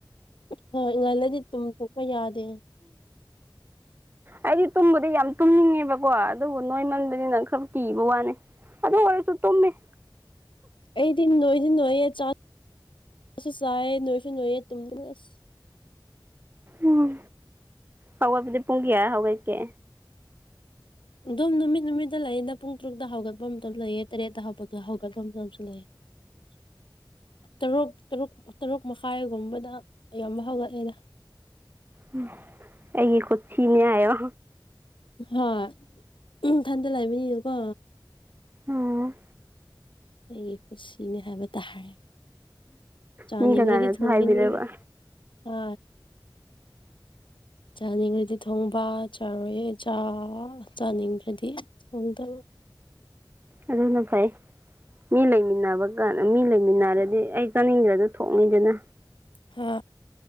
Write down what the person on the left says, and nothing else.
ꯍꯣꯏ ꯉꯥꯟꯂꯗꯤ ꯇꯨꯝ ꯊꯣꯛꯣꯛꯄ ꯌꯥꯗꯦ
ꯑꯩꯗꯤ ꯅꯣꯏꯗꯤ ꯅꯣꯏꯌꯦꯦ ꯆꯥ ꯆꯥꯁꯨ ꯆꯥꯏ ꯅꯣꯏꯁꯨ ꯅꯣꯏꯌꯦꯦ ꯇꯨꯝꯗ ꯑꯁ
ꯑꯗꯨꯝ ꯅꯨꯃꯤꯠ ꯅꯨꯃꯤꯠꯇ ꯂꯩꯌꯦꯗ ꯄꯨꯡ ꯇ꯭ꯔꯨꯛꯇ ꯍꯧꯒꯠꯄ ꯃꯇꯝ ꯂꯩꯑꯦ ꯇꯔꯦꯠꯇ ꯍꯧꯄꯠꯄ ꯍꯧꯒꯠꯄ ꯃꯇꯝꯁꯨ ꯂꯩꯑꯦ꯫ ꯍꯨꯍꯨꯚ ꯇꯔꯨꯛ ꯇꯔꯨꯛ ꯇꯔꯨꯛ ꯃꯈꯥꯏꯒꯨꯝꯕꯗ ꯑꯌꯥꯝꯕ ꯍꯧꯒꯠꯑꯦꯗ
ꯍꯣꯏ ꯏꯊꯟꯗ ꯂꯩꯕꯅꯤꯅꯀꯣ꯫
ꯑꯩꯒꯤ ꯄꯨꯟꯁꯤꯅꯦ ꯍꯥꯏꯕ ꯇꯥꯔꯦ ꯆꯥꯅꯤꯡꯔꯗꯤ
ꯊꯣꯡꯒꯅꯤ
ꯑ ꯆꯥꯅꯤꯡꯈ꯭ꯔꯗꯤ ꯊꯣꯡꯕ ꯆꯥꯔꯣꯏꯌꯦ ꯆꯥ ꯆꯥꯅꯤꯡꯗ꯭ꯔꯗꯤ ꯊꯣꯡꯗꯕ
ꯍꯥ